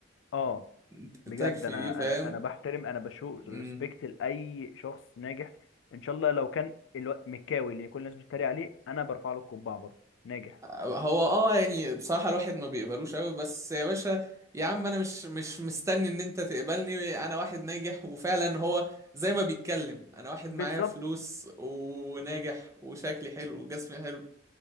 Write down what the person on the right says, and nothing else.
<laughs>
تكفي
دي فاهم
امم.
هو اه يعني بصراحة الواحد ما بيقبلوش قوي بس يا باشا يا عم انا مش مش مستني ان انت تقبلني انا واحد ناجح وفعلا هو زي ما بيتكلم انا واحد
معايا فلوس وناجح وشكلي حلو وجسمي حلو